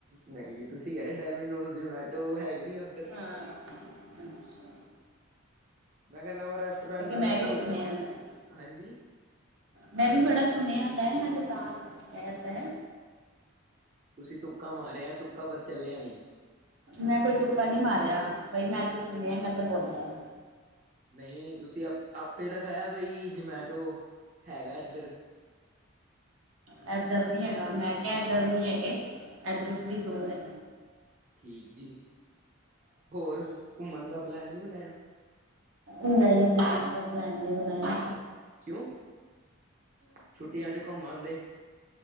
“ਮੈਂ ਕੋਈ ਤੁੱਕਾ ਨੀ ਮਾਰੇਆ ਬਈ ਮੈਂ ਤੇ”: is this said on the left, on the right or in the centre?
Right